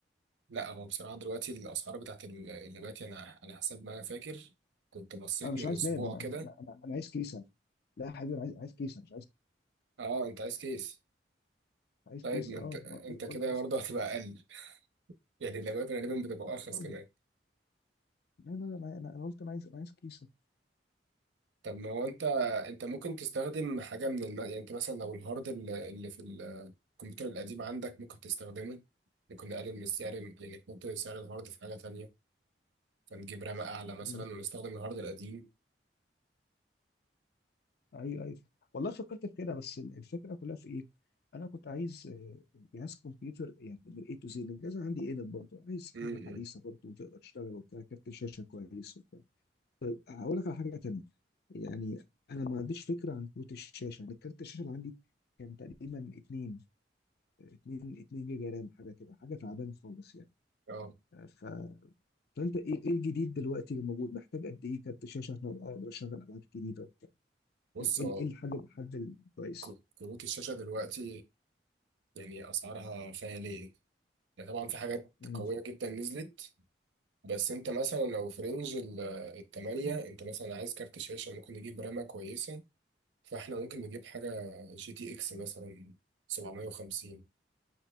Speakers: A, on the right; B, on the left.
A: لا هو بصراحة دلوقتي الأسعار بتاعت ال- اللبات يعني أنا على حسب ما أنا فاكر كنت بصيت
B: انا مش
A: من
B: عايز
A: أسبوع
B: لاب انا
A: كده
B: انا انا, أنا عايز كيسه لا يا حبيبي انا عايز عايز كيسه مش عايز
A: أه أنت عايز كيس
B: عايز
A: طيب
B: كيسه
A: ما أنت
B: اه
A: أنت
B: ما قلت لك بقول
A: كده
B: لك عايز
A: برضه <laughs> هتبقى أقل يعني اللبات غالبا بتبقى
B: يا
A: أرخص
B: راجل
A: كمان
B: لا لا لا انا انا أنا قلت انا عايز انا عايز كيسه
A: طب ما هو أنت أنت ممكن تستخدم حاجة من الم... يعني أنت مثلا لو الهارد ال- اللي في ال- الكمبيوتر القديم عندك ممكن تستخدمه ممكن نقلل من السعر يعني نحط سعر الهارد في حاجة تانية فنجيب رامة أعلى مثلا
B: مم.
A: ونستخدم الهارد القديم
B: ايوه ايوه والله فكرت في كده بس ال- الفكره كلها في ايه؟ انا كنت عايز آه، جهاز كمبيوتر يعني من اي تو زي الجهاز عندي ايه برضه عايز حاجه
A: م-
B: حديثه
A: م.
B: برضه وتقدر تشتغل وبتاع كارت شاشه كويس هقول لك على حاجه تانية يعني انا ما عنديش فكره عن كروت الشاشه انا كارت الشاشه اللي عندي كان تقريبا 2 2 2 جيجا رام حاجه كده حاجه تعبانه خالص يعني
A: أه
B: ف... فانت ايه ايه الجديد دلوقتي اللي موجود محتاج قد ايه كارت شاشه عشان أبقى اقدر اشغل العاب جديده وبتاع
A: بص
B: ايه إيه-
A: هو
B: إيه الحاجه الحد الكويس
A: ك- كروت الشاشة دلوقتي يعني اسعارها خياليه يعني طبعا في حاجات
B: مم.
A: قويه جدا نزلت بس انت مثلا لو في رينج ال- التمانية انت مثلا عايز كارت شاشه ممكن نجيب رامه كويسه فاحنا ممكن نجيب حاجه جي تي اكس مثلا 750